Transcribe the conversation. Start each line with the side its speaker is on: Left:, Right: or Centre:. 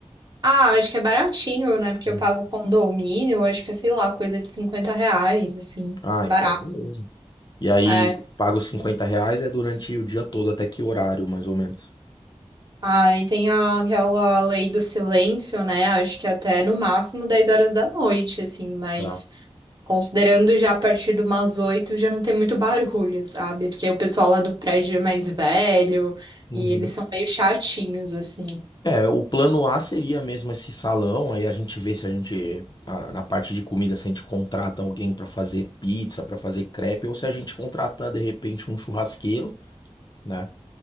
Right: Ah, acho que é baratinho, né? Porque
Left: Hum.
Right: eu pago condomínio, acho que é, sei lá, coisa de 50 reais, assim,
Left: Ah,
Right: barato.
Left: então, beleza. E aí,
Right: É.
Left: paga os 50 reais é durante o dia todo, até que horário, mais ou menos?
Right: Aí tem a- aquela lei do silêncio, né? Acho que até no máximo 10 horas da noite, assim, mas
Left: Tá.
Right: Considerando já a partir de umas oito, já não tem muito barulho, sabe? Porque o pessoal lá do prédio é mais velho
Left: Uhum.
Right: e eles são meio chatinhos, assim.
Left: É, o plano A seria mesmo esse salão, aí a gente vê se a gente, a- na parte de comida, se a gente contrata alguém pra fazer pizza, pra fazer crepe, ou se a gente contratar de repente um churrasqueiro, né?